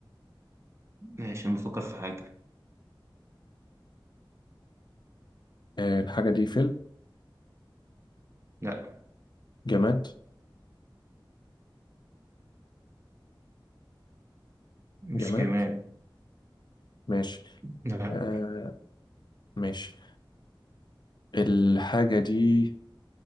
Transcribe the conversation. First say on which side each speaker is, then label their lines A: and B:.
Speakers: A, on the right (about 30°); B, on the left (about 60°).
A: ماشي أنا بفكر في حاجة
B: آه، الحاجه دي فيلم
A: لأ
B: جماد
A: مش
B: جماد
A: جماد
B: ماشي
A: لا
B: آه، ماشي الحاجه دي